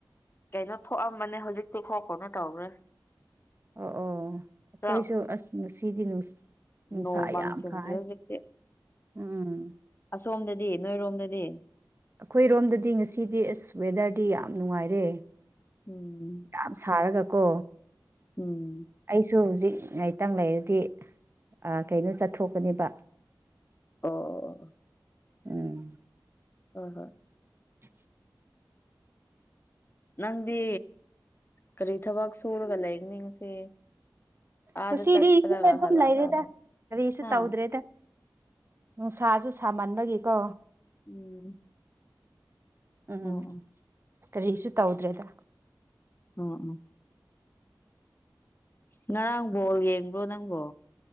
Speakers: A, on the left; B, on the right.
A: ꯀꯩꯅꯣ ꯊꯣꯛꯑꯝꯕꯅꯦ ꯍꯧꯖꯤꯛꯇꯤ ꯈꯔ ꯀꯅꯣ ꯇꯧꯈ꯭ꯔꯦ
B: ꯑꯣ ꯑꯣ ꯑꯩꯈꯣꯏꯁꯨ
A: ꯈꯔ
B: ꯑꯁ ꯉꯁꯤꯗꯤ ꯅꯨꯡ ꯅꯨꯡꯁꯥ
A: ꯅꯣꯡ
B: ꯌꯥꯝ
A: ꯃꯥꯡꯁꯤꯟꯈ꯭ꯔꯦ
B: ꯀꯥꯏ
A: ꯍꯧꯖꯤꯛꯇꯤ
B: ꯎꯝ ꯎꯝ
A: ꯑꯁꯣꯝꯗꯗꯤ ꯅꯣꯏꯔꯣꯝꯗꯗꯤ꯫
B: ꯑꯩꯈꯣꯏꯔꯣꯝꯗꯗꯤ ꯉꯁꯤꯗꯤ ꯑꯁ ꯋꯦꯗꯔꯗꯤ ꯌꯥꯝ ꯅꯨꯡꯉꯥꯏꯔꯦ
A: ꯎꯝ
B: ꯌꯥꯝ ꯁꯥꯔꯒ ꯀꯣ
A: ꯎꯝ
B: ꯑꯩꯁꯨ ꯍꯧꯖꯤꯛ ꯉꯥꯏꯇꯪ ꯂꯩꯔꯗꯤ ꯀꯩꯅꯣ ꯆꯠꯊꯣꯛꯀꯅꯦꯕ
A: ꯑꯣ ꯑꫭ
B: ꯎꯝ
A: ꯑꯣ ꯍꯣꯏ
B: <unintelligible>
A: ꯅꯪꯗꯤ ꯀꯔꯤ ꯊꯕꯛ ꯁꯨꯔꯒ ꯂꯩꯒꯅꯤ ꯉꯁꯤ ꯑꯥꯗ
B: ꯉꯁꯤꯗꯤ
A: ꯆꯠꯄꯗꯒ
B: ꯏꯨꯝꯗ ꯑꯗꯨꯝ
A: ꯍꯜꯂꯛꯑꯀꯥꯟꯗ
B: ꯂꯩꯔꯦꯗ ꯀꯔꯤꯁꯨ
A: ꯍꯥ
B: ꯇꯧꯗ꯭ꯔꯦꯗ ꯅꯨꯡꯁꯥꯁꯨ ꯁꯥꯃꯟꯕꯒꯤꯀꯣ
A: ꯎꯝ
B: ꯎꯝ
A: ꯑꯣ
B: ꯎꯎꯝ
A: ꯑꯣ
B: ꯀꯔꯤꯁꯨ ꯇꯧꯗ꯭ꯔꯦꯗ
A: ꯎꯝ ꯎꯝ ꯉꯔꯥꯡ ꯕꯣꯜ ꯌꯦꯡꯕ꯭ꯔꯣ ꯅꯪꯕꯣ